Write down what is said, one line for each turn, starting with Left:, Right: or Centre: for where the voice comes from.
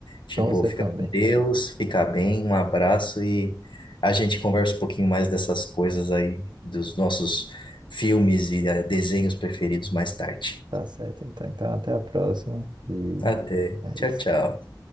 Left: Tipo,
Right: Então você
Left: fica
Right: também.
Left: com Deus, fica bem, um abraço e a gente conversa um pouquinho mais dessas coisas aí, dos nossos filmes e eh, desenhos preferidos mais tarde.
Right: Tá certo, então. Então, até a próxima. E
Left: Até.
Right: é
Left: Tchau,
Right: isso.
Left: tchau.